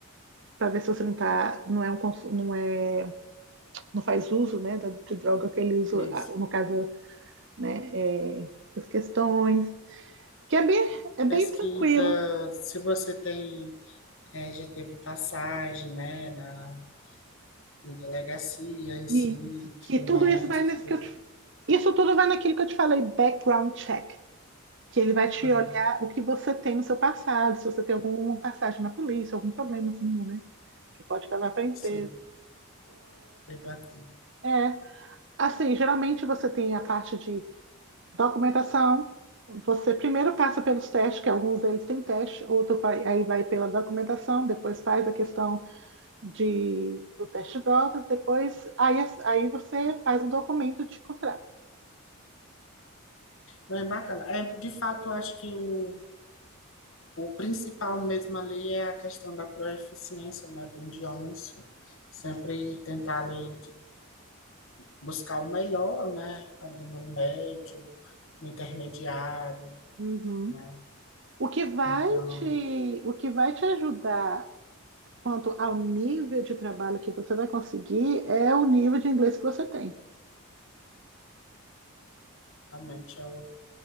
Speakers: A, on the right (about 55°); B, on the left (about 65°).
A: para ver se você não tá, não é um, cons- não é, não faz uso, né, da- de droga que ele usa,
B: isso.
A: ah, no caso né, é, as questões, que é bem, é bem
B: Pesquisa,
A: tranquilo.
B: se você tem, é, já teve passagem, né, na na delegacia em si,
A: Isso, que
B: tudo
A: tudo
B: mais,
A: isso vai
B: tudo,
A: nesse que eu te, isso tudo vai naquilo que eu te falei, background check, que ele vai te
B: hum,
A: olhar o que você tem no seu passado, se você tem alguma passagem na polícia, algum problema assim, né? Que pode levar para a empresa.
B: sim, bem bacana.
A: É, assim, geralmente você tem a parte de documentação, você primeiro passa pelos testes, que alguns deles têm teste, outro vai, aí vai pela documentação, depois faz a questão de, do teste de drogas, depois aí, aí você faz o documento de contrato.
B: Bem bacana. É, de fato, eu acho que o, o principal mesmo ali é a questão da proeficiência, né, do idioma em si. Sempre tentar ali buscar o melhor, né, ali no médio, no intermediário,
A: Uhum.
B: né.
A: O que vai
B: Então,
A: te, o que vai te ajudar quanto ao nível de trabalho que você vai conseguir é o nível de inglês que você tem.
B: realmente é o